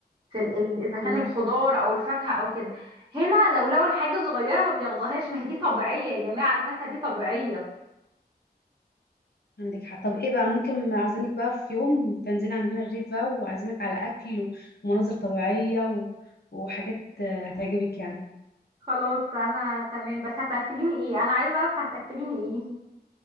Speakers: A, on the right; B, on the left.
A: في ال... ال- اذا كان
B: عندك
A: الخضار
B: حق
A: او الفاكهه او كده هنا لو لقوا الحاجه صغيره ما بياخدوهاش ما هي دي طبيعيه يا جماعه الفاكهه دي طبيعيه
B: عندك حق طب ايه بقى ممكن اعزمك بقى في يوم تنزلي عندنا الريف بقى واعزمك على اكل ومناظر طبيعية و... وحاجات آه، هتعجبك يعني
A: خلاص انا تمام بس هتاكليني ايه انا عايزه اعرف هتاكليني ايه <laughs>